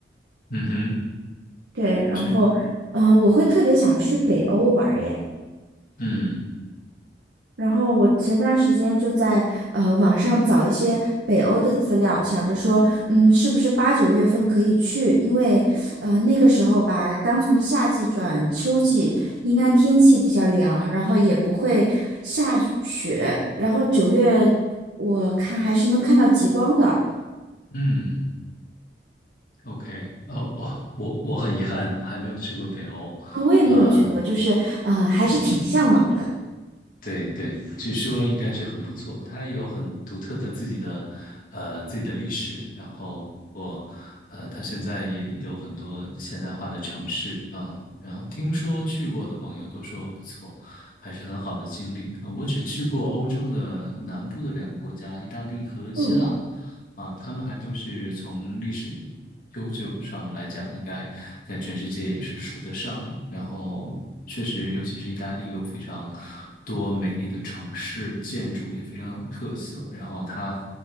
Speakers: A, on the left; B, on the right.
A: 嗯哼，
B: 对，然后，
A: 是，
B: 呃，我会特别想去北欧玩儿耶。
A: 嗯
B: 然后我前段时间就在呃网上找一些北欧的资料，想着说，嗯，是不是八九月份可以去？因为呃那个时候吧，刚从夏季转秋季，应该天气比较凉，然后也不会下雪。然后九月我看还是能看到极光的
A: 嗯，OK，哦哦，我我很遗憾还没有去过北欧，
B: 啊，我也没有去过，
A: 呃，
B: 就是呃还是挺向往的。
A: 对，对对，据说应该是很不错。它有很独特的自己的，呃，自己的历史。然后我，呃，它现在也有很多现代化的城市啊。然后听说去过的朋友都说不错，还是很好的经历。啊我只去过欧洲的南部的两个国家，意大利和希腊。
B: 嗯
A: 啊，他们还都是从历史悠久上来讲，应该在全世界也是数得上的。然后，确实，尤其是意大利有非常多美丽的城市，建筑也非常有特色。然后它，